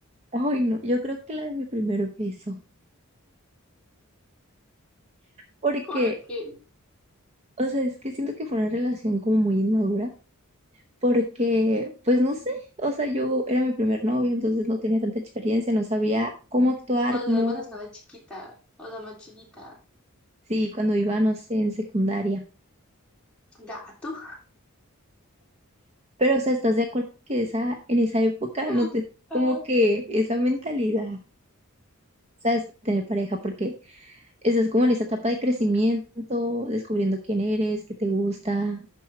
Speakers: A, on the right; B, in the centre.
A: hoy no, yo creo que la de mi primer beso, porque,
B: <laughs> ¿Por qué?
A: o sea, es que siento que fue una relación como muy inmadura. Porque, pues no sé, o sea, yo era mi primer novio, entonces no tenía tanta experiencia, no sabía cómo actuar,
B: O
A: cómo,
B: sea, cuando estaba chiquita, o sea, más chiquita.
A: sí, cuando iba, no sé, en secundaria.
B: Gato.
A: Pero, o sea, ¿estás de acuerdo que esa, en esa época
B: <laughs>
A: no tenías como que esa mentalidad, ¿sabes? Para tener pareja, porque estás como en esa etapa de crecimiento, descubriendo quién eres, qué te gusta,